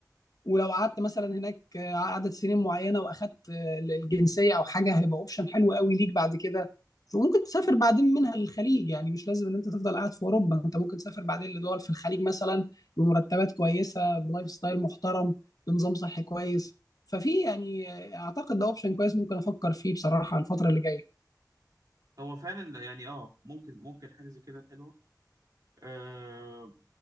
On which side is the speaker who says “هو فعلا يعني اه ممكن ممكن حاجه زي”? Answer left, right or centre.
Right